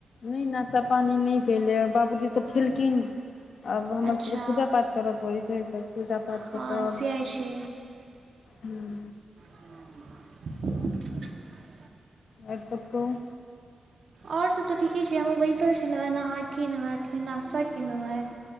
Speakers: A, on the left; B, on the right.
A: नै नाश्ता पानि नै भेलैय बाबूजी सब खेलखिन आब हमरा
B: अच्छा
A: सबके तऽ पूजा पाठ करऽ पड़ै छै तऽ पूजा पाठ
B: हँ
A: कऽ कऽ आब
B: से आइ छै
A: हूं
B: <unintelligible>
A: और सब कहू?
B: और सब तऽ ठीके छै हमहूँ बैसल छी न नहा के- नहा के नाश्ता केलौं हें।